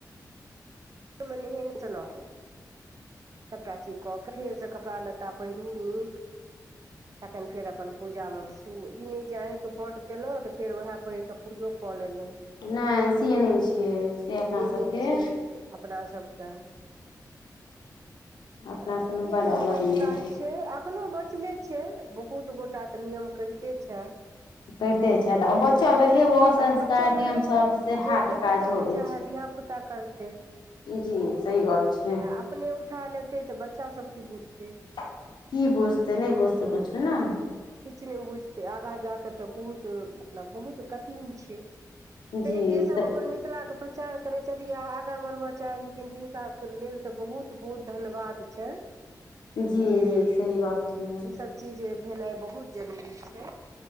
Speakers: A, on the right; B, on the left.
A: <unintelligible> क के फेर से कपड़ा लत्ता पहिरू नीक तखन फेर अपन पूजा मे हूं ओ ई नहि जे आटि उपाँट कयलहुँ तऽ फेर वएह पहिर कऽ पूजो कऽ लेलहुँ
B: नहि से नहि छै से अपनासभके
A: नहि छै अपना सबके
B: अपना
A: तऽ
B: सबमे
A: से सब
B: बड अलग
A: संस्कार
B: नियम
A: छै एखनो बचले छै बहुत गोटा तऽ नियम करिते छैं
B: करिते छथि आ बचल रहै ओ
A: आ
B: संस्कार
A: बचल
B: नियम
A: रहै
B: सब सेहा
A: जे
B: के
A: देखते
B: काजो
A: सेह
B: अछि
A: धियापुता कर
B: जी सही बात छै
A: आ अपने उठा लेतै तऽ बच्चा सब की बुझतै
B: कि बुझते नहि बुझते कुछु न
A: किछु नहि बुझतै आगाँ जा कऽ तऽ बहुत मतलब बहुत कठिन छै तेँ
B: जी
A: जे सब
B: तऽ
A: अपन मिथिला के प्र पचार करै छथि आ आगाँ बढ़बय चाहैत छथिन तिनकाक लेल तऽ बहुत बहुत धन्यवाद छनि
B: जी
A: जे
B: जी सही गप छै
A: ई सभ चीज भेनाइ बहुत जरूरी छै